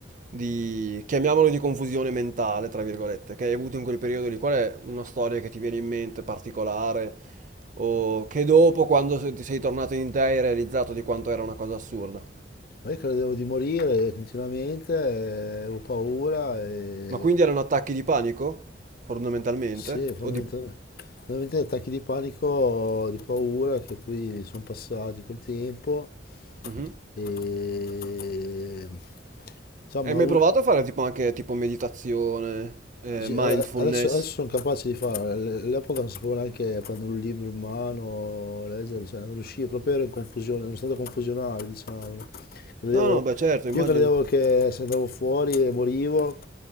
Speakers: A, on the right; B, on the left.
A: di, chiamiamolo di confusione mentale, tra virgolette, che hai avuto in quel periodo lì? Qual è una storia che ti viene in mente particolare o che dopo, quando se- ti sei tornato in te, hai realizzato di quanto era una cosa assurda?
B: Ma io credevo di morire continuamente, eh, avevo paura e
A: Ma quindi erano attacchi di panico, fondamentalmente?
B: sì, fondamental-
A: O di...
B: fondamentalmente attacchi di panico, di paura che poi sono passati col tempo
A: Mhm.
B: e insomma
A: Hai mai
B: ho avu-
A: provato a fare tipo anche tipo meditazione, eh,
B: Sì,
A: mindfulness?
B: ade- adesso, adesso sono capaci di farlo, All- all'epoca non sapevo neanche prendere un libro in mano, leggere, cioè non riuscivo, proprio ero in confusione, in uno stato confusionale, diciamo. no? Credevo-
A: No, no, beh certo, immagino.
B: io credevo che se andavo fuori e morivo,